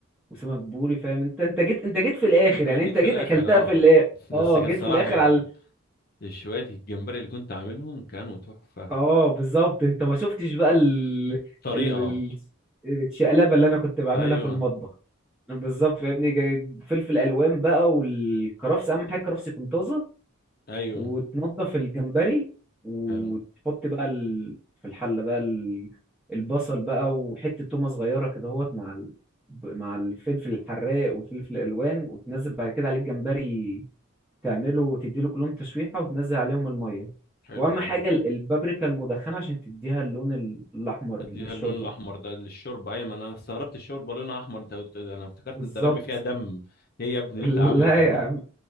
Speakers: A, in the centre; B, on the left.
A: وسمك بوري فاهم انت انت جيت انت جيت في الاخر
B: انا
A: يعني
B: جيت
A: انت
B: في
A: جيت
B: الاخر
A: اكلتها
B: اه
A: في الاخر
B: <laughs> بس
A: اه
B: كانت
A: جيت
B: صراحه
A: في الاخر
B: الج-
A: على ال-
B: الشوية الجمبري اللي كنت عاملهم كانوا تحفه
A: اه بالظبط انت ما شفتش بقى ال...
B: طريقه
A: ال... ال... الشقلبة اللي انا كنت بعملها
B: ايوه
A: في المطبخ بالظبط فاهمني جا- فلفل الوان بقى والكرفس اهم حاجه الكرفس يكون طازه
B: ايوه
A: وتنضف الجمبري وتحط
B: حلو
A: بقى ال... في الحلة بقى ال... البصل بقى وحتة تومة صغيرة كده اهوت مع ال... ب- مع الفلفل الحراق والفلفل الألوان وتنزل بعد كده عليه الجمبري تعمله تديله كلهم تشويحة وتنزل عليهم المية
B: حلو
A: وأهم حاجة
B: ده
A: ال- البابريكا المدخنة عشان تديها اللون ال- الأحمر
B: مديها
A: للشوربة
B: اللون الاحمر ده للشوربه ايوه ما انا أنا استغربت الشوربه لونها احمر انت قلت ده، انا افتكرت
A: بالظبط
B: انت رامي فيها دم ايه يا ابني
A: <laughs>
B: انت عامله
A: لا
B: ده
A: يا عم